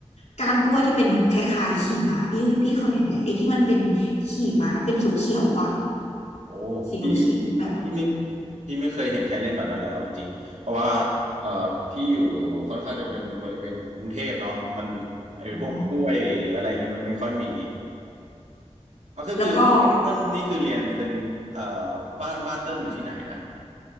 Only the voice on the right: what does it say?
โอ้พี่พี่พี่ไม่
พี่ไม่เคยเห็นใครเล่นแบบนั้นเลยเอาจริงๆเพราะว่าเอ่อพี่อยู่ค่อนข้างจะเป็นบริเวณกรุงเทพเนาะมันไอ้พวกกล้วยหรืออะไรอย่างเงี้ยมันไม่ค่อยมี
เอาก็คือเติ้ลนี่คือเรียนเป็นเอ่อ
บ้านบ้านเติ้ลอยู่ที่ไหนนะ